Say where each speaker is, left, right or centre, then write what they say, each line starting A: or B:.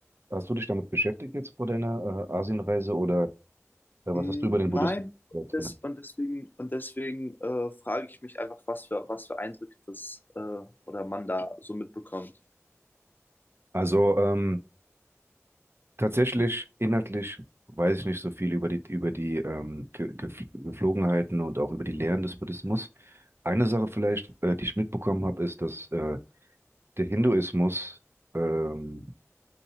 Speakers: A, on the right; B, on the left.
A: hast du dich damit beschäftigt jetzt vor deiner äh, Asienreise oder äh,
B: Mm,
A: was hast du über den
B: Nein,
A: Buddhismus gehört?
B: des, und deswegen, und deswegen äh, frage ich mich einfach, was für, was für Eindrücke das äh, oder man da so mitbekommt.
A: Also ähm, Tatsächlich, inhaltlich weiß ich nicht so viel über die, über die ähm, Ge Gef- Geflogenheiten und auch über die Lehren des Buddhismus. Eine Sache vielleicht, äh, die ich mitbekommen habe, ist, dass äh, der Hinduismus ähm,